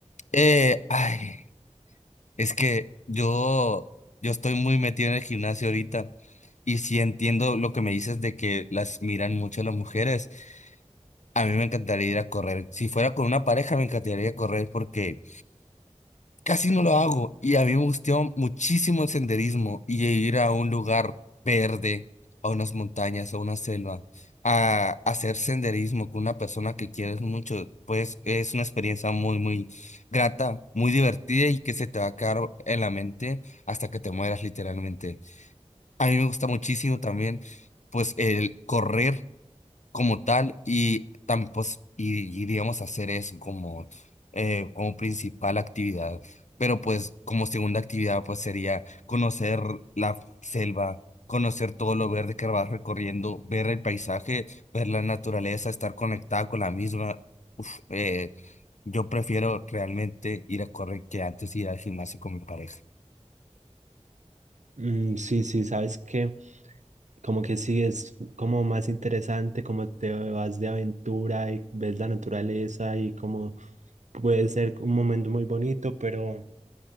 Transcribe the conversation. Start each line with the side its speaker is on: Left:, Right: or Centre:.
Left: Eh, ay. Es que yo, yo estoy muy metido en el gimnasio ahorita y sí entiendo lo que me dices de que las miran mucho las mujeres. A mí me encantaría ir a correr. Si fuera con una pareja, me encantaría ir a correr porque Casi no lo hago y a mí me gustó muchísimo el senderismo y ir a un lugar verde, a unas montañas, a una selva, a hacer senderismo con una persona que quieres mucho, pues es una experiencia muy, muy grata, muy divertida y que se te va a quedar en la mente hasta que te mueras literalmente. A mí me gusta muchísimo también, pues el correr como tal y, tam- pues, y, y, digamos hacer eso como, eh, como principal actividad. Pero pues como segunda actividad pues sería conocer la selva, conocer todo lo verde que vas recorriendo, ver el paisaje, ver la naturaleza, estar conectada con la misma. Uf, eh, yo prefiero realmente ir a correr que antes ir al gimnasio con mi pareja.
Right: Mm, sí, sí, sabes que como que sí es como más interesante, como te vas de aventura y ves la naturaleza y como puede ser un momento muy bonito, pero